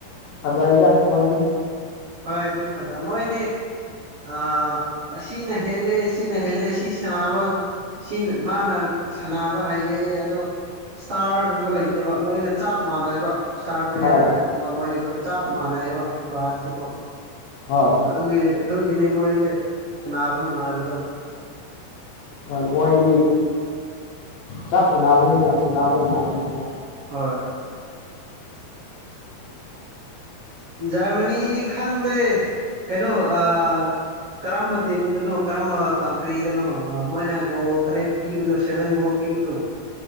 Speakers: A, on the left; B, on the right.
A: ꯐꯖꯩꯗ ꯃꯣꯏꯗꯤ
B: ꯍꯣꯏ ꯇꯝ ꯐꯗ ꯃꯣꯏꯗꯤꯦ ꯑ ꯑꯁꯤ ꯅꯍꯦꯂ ꯑꯁꯤꯁꯤ ꯅꯍꯦꯂꯦ ꯑꯁꯤ ꯁꯅꯥꯕ ꯁꯤ ꯃꯥꯅ ꯁꯥꯟꯅꯕ ꯍꯥꯏꯩꯌꯦ ꯑꯗꯣ ꯏꯁꯇꯥꯔꯒꯨꯝꯕ ꯂꯩꯇꯕ ꯂꯣꯏꯅ ꯆꯞ ꯃꯥꯟꯅꯩꯕ ꯏꯁꯇꯥꯔ ꯄ꯭ꯂꯦꯌꯥꯔ
A: ꯍꯣꯏ
B: ꯉꯥꯛꯇꯅꯦꯕ ꯃꯣꯏꯗꯤꯀꯣ ꯆꯞ ꯃꯥꯟꯅꯩꯕ ꯐ꯭ꯔꯥꯟꯁꯇꯤꯀꯣ
A: ꯍꯣꯏ
B: ꯑꯗꯨꯒꯤ ꯑꯗꯨꯒꯤꯅꯦ ꯃꯣꯏꯁꯦ ꯁꯅꯥꯕ ꯅꯨꯡꯉꯥꯏꯕꯗꯣ
A: ꯍꯣꯏ ꯃꯣꯏꯗꯤ ꯆꯞ ꯃꯥꯟꯅꯕꯅꯤꯅ ꯁ ꯅꯥꯕ ꯅꯨꯡꯉꯥꯏꯕꯅꯤꯅ
B: ꯍꯣꯏ ꯖꯔꯃꯅꯤꯗꯤ ꯈꯪꯗꯦ ꯀꯩꯅꯣ ꯑ ꯀꯔꯝꯕ ꯇꯤꯝꯗꯨꯅꯣ ꯀꯔꯝꯕ ꯀꯟꯇ꯭ꯔꯤꯗꯅꯣ ꯃꯣꯏꯅ ꯒꯣꯜ ꯇꯔꯦꯠ ꯄꯤꯕꯗꯣ ꯁꯚꯦꯟ ꯒꯣꯜ ꯄꯤ ꯣ